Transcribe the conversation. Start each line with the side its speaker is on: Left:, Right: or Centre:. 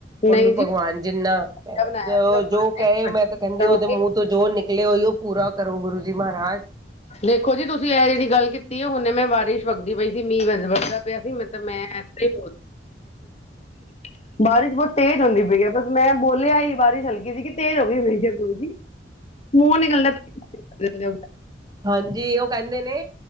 Right: ਉਹਨੂੰ
Left: ਨਹੀਂ ਜੀ
Right: ਭਗਵਾਨ ਜਿੰਨਾ ਕ
Left: ਬਣਾਇਆ
Right: ਜੋ-ਜੋ
Left: ਸੀ ਭਗਵਾਨ
Right: ਕ‌ਏ, ਮੈਂ ਤੇ ਕਹਿੰਦੀ ਉਹਦੇ
Left: ਨੇ
Right: ਮੂੰਹ ਤੋਂ ਜੋ ਨਿਕਲੇ ਓਈਓ ਪੂਰਾ ਕਰੋ, ਗੁਰੂ ਜੀ ਮਹਾਰਾਜ
Left: ਵੇਖੋ ਜੀ, ਤੁਸੀਂ ਇਹ ਜਿਹੜੀ ਗੱਲ ਕੀਤੀ ਐ, ਹੁਣੇ ਮੈਂ ਬਾਰਿਸ਼ ਵਗਦੀ ਪਈ ਸੀ, ਮੀਂ ਵੱਧਦਾ ਪਿਆ ਸੀ, ਮਤਬ ਮੈਂ ਏਥੇ। <unintelligible> ਬਾਰਿਸ਼ ਬਹੁਤ ਤੇਜ਼ ਹੁੰਦੀ ਪਈ ਐ, ਬਸ ਮੈਂ ਬੋਲਿਆ ਈ, ਬਾਰਿਸ਼ ਹਲਕੀ ਸੀ ਕਿ ਤੇਜ਼ ਹੋ ਗਈ ਹੋਈ ਹੈ ਬੋਲੀ ਮੂੰਹੋਂ ਨਿਕਲਦਾ ਤੇ। <unintelligible>
Right: ਹਾਂਜੀ ਉਹ ਕਹਿੰਦੇ ਨੇ,